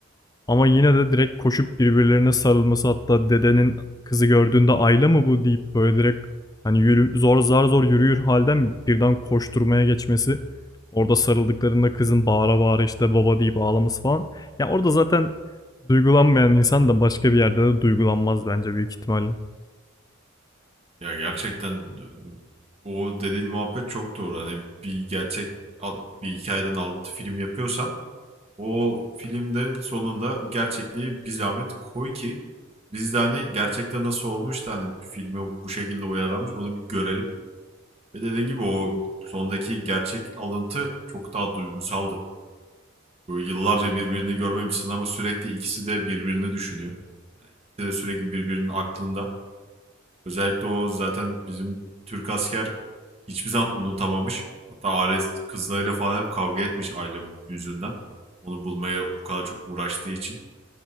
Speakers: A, on the left; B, on the right.
A: Ama yine de direkt koşup birbirlerine sarılması hatta dedenin kızı gördüğünde Ayla mı bu deyip böyle direkt hani yürü, zor zar zor yürüyür halden birden koşturmaya geçmesi. Orada sarıldıklarında kızın bağıra bağıra işte baba deyip ağlaması falan. Yani orada zaten duygulanmayan insan da başka bir yerde de duygulanmaz bence büyük ihtimalle.
B: Ya gerçekten e, o dediğin muhabbet çok doğru. Hani bir gerçek bir hikayeden alıntı film yapıyorsan O filmden sonunda gerçekliği bir zahmet koy ki biz de hani gerçekte nasıl olmuş da hani bir filme bu şekilde uyarlanmış onu bir görelim. Ve dediğim gibi o sondaki gerçek alıntı çok daha duygusaldı. Böyle yıllarca birbirini görmemişsin ama sürekli ikisi de birbirini düşünüyor. İkisi de sürekli birbirinin aklında. Özellikle o zaten bizim Türk asker hiçbir zaman unutamamış. Hatta Ares kızlarıyla falan hep kavga etmiş aile yüzünden. Onu bulmaya bu kadar çok uğraştığı için.